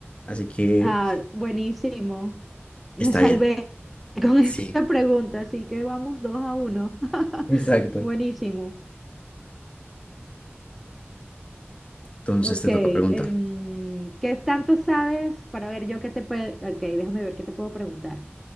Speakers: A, on the left; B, in the centre.
A: Así que
B: Ah, buenísimo. Me
A: Está
B: salvé
A: bien.
B: con <laughs> esta
A: Sí,
B: pregunta, así que vamos dos a uno. <laughs>
A: exacto.
B: Buenísimo.
A: Entonces
B: Ok,
A: te
B: em,
A: toca preguntar.
B: ¿qué tanto sabes? Para ver yo qué te puedo... Ok, déjame ver qué te puedo preguntar.